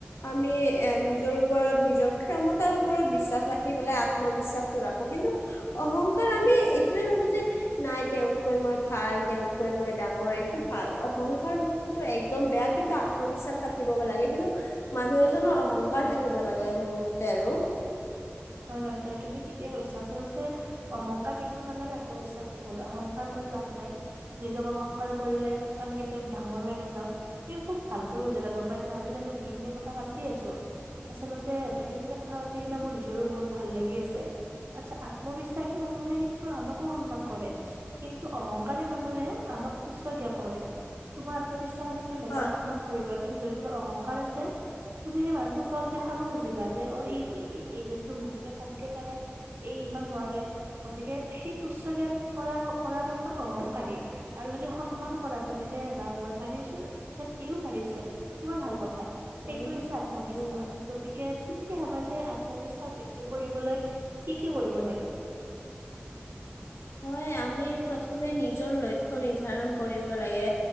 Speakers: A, on the left; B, on the right.
A: আমি এ- নি জৰ ওপৰত, নিজৰ ক্ষমতাৰ ওপৰত বিশ্বাস ৰাখি পেলাই আত্মবিশ্বাসটো ৰাখোঁ । কিন্তু অহংকাৰ আমি টোৱে ভাবো যে, নাই তেওঁ তকৈ মই ভাল, তেওঁতকৈ মই ডাঙৰ টো ভাল । অহংকাৰ বস্তুটো একদম বেয়া। কিন্তু আত্মবিশ্বাস থাকিবব লাগে । কিন্তু মানুহ জনৰ অহংকাৰ
B: হয়
A: থাকিব
B: হয়
A: নালাগে মোৰ ম তে আৰু।
B: হয় - হয়। নাই, তুমি ঠিকে কৈছা । আচলতে অহংকাৰ থাকিব নালাগে । আত্মবিশ্বাস থাকিব লা- অহংকাৰ কৰি লাভ নাই । নিজক অহংকাৰ কৰিলে আমি কেতিয়াও ডাঙৰ হৈ নাযাওঁ। তুমি খুব ভালকৈ বুজালা, গম পাইছা না? আজি আমি যি খিনি কথা পাতি আছোঁ আচলতে সেইখিনি কথা সেইকেইটা মোৰ জৰো বহুত ভাল লাগি আছে। আচ্ছা, আত্মবিশ্ব শ্বাসি মানুহে কিন্তু আনকো সন্মান কৰে। কিন্ তু অহং কাৰী মানুহে আনক তুচ্চ জ্ঞান কৰে । তোমাৰ আত্মবিশ্ব শ্বাস আছে, তুমি বেলেগক
A: হয়
B: সন্মান কৰিবা। কিন্তু যদি তোমাৰ অহংকাৰ আ ছে, তুমি সেই মানুহটোক তল দেখাব খুজিবা যে অ' ই ই- ই- এইজনটো মোতকে কমকে পাৰে, এই ইমান নোৱাৰে। গতিকে সেই তুচ্চ জ্ঞান কৰা- কৰাজন স- অহংকাৰী । আৰু যদি সন্মান কৰা, তুমি যে বা মই পাৰিছোঁ, তেখেত এইও পাৰিছে, কিমান ভাল কথা সেইটো
A: উম
B: হৈছে আত্মবিশ্বাস
A: উম
B: । গতিকে তুমি কি ভাবা যে আ ত্মবিশ্বাস বৃদ্ধি কৰিবলৈ কি - কি কৰিব লাগে?
A: হয়। আমি প্ৰথমে নিজৰ লক্ষ্য নিৰ্দ্ধাৰণ কৰিব লাগে।